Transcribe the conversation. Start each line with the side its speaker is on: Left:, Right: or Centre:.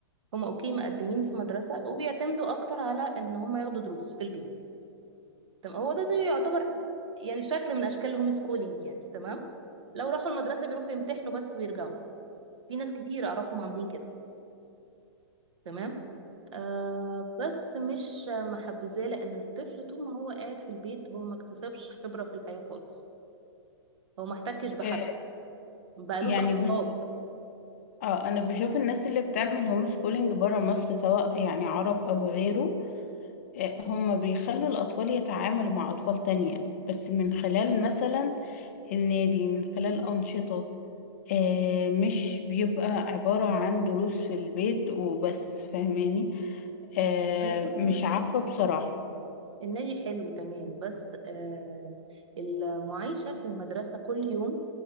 Right: هم اوكي مقدمين في مدرسة وبيعتمدوا اكتر على ان هم ياخدوا دروس في البيت تمام هو ده زي يعتبر يعني شكل من اشكال الهوم سكولينج يعني تمام لو راحوا المدرسة بيروحوا يمتحنوا بس ويرجعوا في ناس كتير اعرفهم عاملين كده تمام آه بس مش محبذاه لان الطفل طول ما هو قاعد في البيت هو ما اكتسبش خبرة في الحياة خالص هو ما احتكش بحد
Left: آه،
Right: ما بقالوش
Left: يعني
Right: اصحاب
Left: بص اه انا بشوف الناس اللي بتعمل هوم سكولينج بره مصر سواء يعني عرب او غيره آه، هم بيخلوا الاطفال يتعاملوا مع اطفال تانية بس من خلال مثلا النادي من خلال انشطة آه، مش بيبقى عبارة عن دروس في البيت وبس فاهماني آه،
Right: انا فاهمة
Left: مش
Right: النادي
Left: عارفة بصراحة
Right: حلو النادي حلو تمام بس آه المعيشة في المدرسة كل يوم